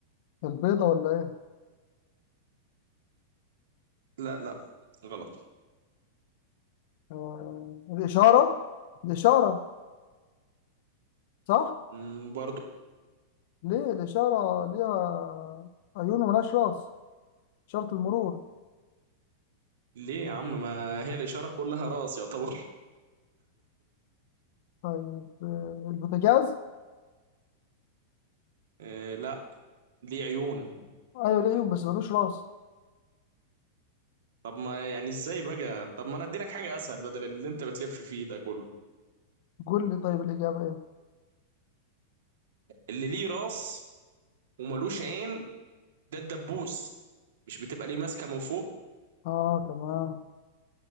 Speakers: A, on the left; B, on the right.
A: البيضة ولا ايه
B: لا لا غلط
A: آه الإشارة الإشارة صح
B: مم، برضو
A: ليه الإشارة ليها عيون وملهاش راس إشارة المرور
B: ليه يا عم ما هي الإشارة كلها راس يعتبر
A: طيب آه، البوتاجاز
B: <laughs> إيه لا دي عيون
A: أيوة ليه عيون بس ملوش راس
B: طب ما يعني ازاي بقى طب ما انا اديلك حاجة اسهل بدل اللي انت بتلف فيه ده كله
A: قول لي طيب الإجابة إيه؟
B: اللي ليه راس وملوش عين ده الدبوس مش بتبقى ليه ماسكة من فوق
A: آه تمام